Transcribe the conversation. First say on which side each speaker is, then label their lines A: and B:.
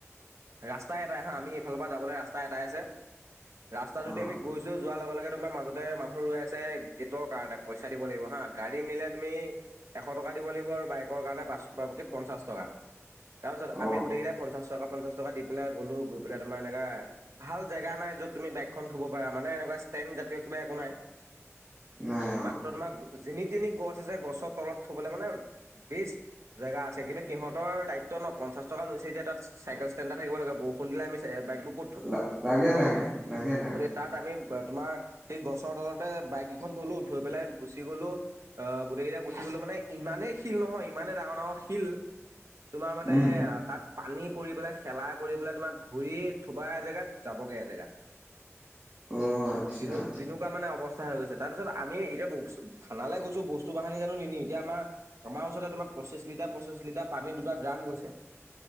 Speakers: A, on the right (about 70°); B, on the right (about 20°).
A: ৰাস্তাই এটাই হা আমি এইফালৰপৰা যাবলৈ ৰাস্তা এটাই আছে। ৰাস্তাটোদি
B: অ
A: আমি গৈছোঁ, যোৱাৰ লগে লগে তোমাৰ মাজতে মানুহ ৰৈ আছে। গেটৰ কাৰণে পইচা দিব লাগিব হা, গাড়ী নিলে তুমি এশ টকা দিব লাগিব। আৰু বাইকৰ কাৰণে পাঁচ-পঞ্চাশ টকা তাৰ পিছত আমি
B: অ
A: গোটেইকেইটাই পঞ্চাশ টকা পঞ্চাশ টকা দি পেলাই গ'লো, গৈ পেলাই তোমাৰ এনেকা ভাল জেগা নাই য'ত তুমি বাইকখন থ'ব পাৰা মানে এনেকুৱা বা ষ্টেন জাতীয় কিবা একো নাই
B: নাই অ
A: মাত্ৰ তোমাক যেনি তিনি গছ আছে গছৰ তলত থবলৈ মানে বেষ্ট জেগা আছে কিন্তু সিহঁতৰ দায়িত্ব তন' পঞ্চা টকা লৈছে যেতিয়া তাত চাইকেল ষ্টেণ্ডটা থাকিব লাগে, বৰষূণ দিয়া আমি তে বাইকবোৰ ক'ত থ'ম?
B: লা লাগে লাগে লাগে লাগে
A: গতে তাত আমি তোমাৰ সেই গছৰ তলতে বাইক খন থলো থৈ পেলাই গুচি গ'লো আ, গোটেইকেইটা গুচি গ'লো মানে ইমানেই শিল নহয় ইমানেই ডাঙৰ ডাঙৰ শিল, তোমাৰ মানে
B: উম
A: তাত পানী পৰি পেলাই, খেলাই পৰি পেলাই তোমাৰ ভৰি থবা এজেগাত যাবগে এজেগাত।
B: অ আচ্ছা
A: তেনেকুৱা মানে অৱস্থা হৈ গৈছে। তাৰপিছত আমি এতিয়া বছ-থানালৈ গৈছোঁ, বস্তু বাহানি জানো নিম এতিয়া আমাৰ আমাৰ ওচৰতে তোমাৰ পঁচিশ লিটাৰ তিয়া পঁচিছ লিটাৰ পানীৰ দুটা ড্ৰাম গৈছে।